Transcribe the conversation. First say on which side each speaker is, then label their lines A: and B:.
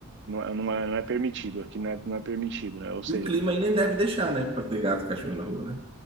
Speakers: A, on the right; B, on the right.
A: Não, é- não é, não é permitido, aqui não é, não é permitido, né? Ou seja,
B: E o clima aí nem deve deixar, né, para ter gato e cachorro na rua, né?